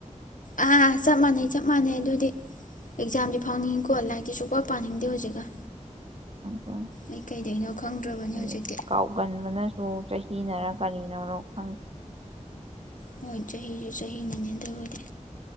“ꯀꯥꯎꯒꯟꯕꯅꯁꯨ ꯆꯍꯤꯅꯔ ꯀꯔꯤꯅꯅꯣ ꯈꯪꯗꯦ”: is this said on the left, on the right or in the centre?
Right